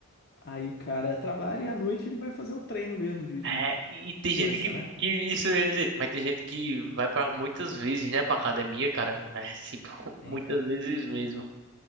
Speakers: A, on the left; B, on the right.
A: Aí o cara trabalha e à noite ele vai fazer o treino mesmo de, de
B: É, e
A: força,
B: tem gente que,
A: né?
B: que isso é gente, mas tem gente que vai para muitas vezes, né, pra academia, cara. É, tipo, <laughs>
A: Tem,
B: muitas
A: cara.
B: vezes mesmo.